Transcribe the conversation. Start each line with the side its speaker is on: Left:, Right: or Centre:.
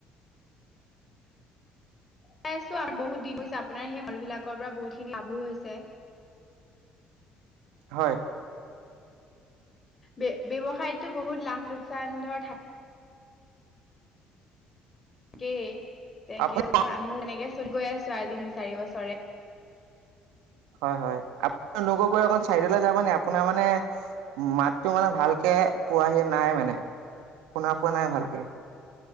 Left: <unintelligible> আছো আ বহুত দিন হৈছে। আপোনাৰ সেই ম-ল বিলাকৰ পৰা বহুত খিনি ল-ভো হৈছে।
Right: হয়।
Left: বে ব্যৱসায়তটো বহুত লাভ লোকচান ধৰ থাক কে। তে--ল
Right: আপুনি
Left: আৰু ধৰ আমিও এনেকে চল গৈ আছো আ তিনি চাৰি বছৰে।
Right: হয় হয়। আপু--গৈ অকন চাইডলৈ যাব নি? আপোনাৰ মানে মাতটো মানে ভালকে পোৱাহি নাই মানে। শুনা পোৱা নাই ভালকে।